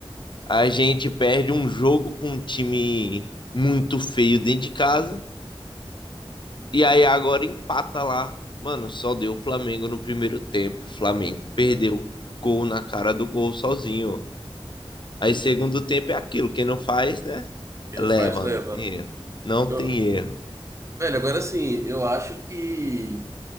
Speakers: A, on the left; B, on the right.
A: A gente perde um jogo pra um time muito feio dentro de casa E aí agora empata lá. Mano, só deu o Flamengo no primeiro tempo. O Flamengo
B: meu
A: perdeu
B: Deus,
A: gol na cara do gol sozinho. Aí
B: meu
A: segundo
B: Deus.
A: tempo é aquilo, quem não faz, né?
B: Quem
A: Leva,
B: não faz, leva.
A: não tem erro. Não
B: Eu-
A: tem erro.
B: Velho, agora sim, eu acho que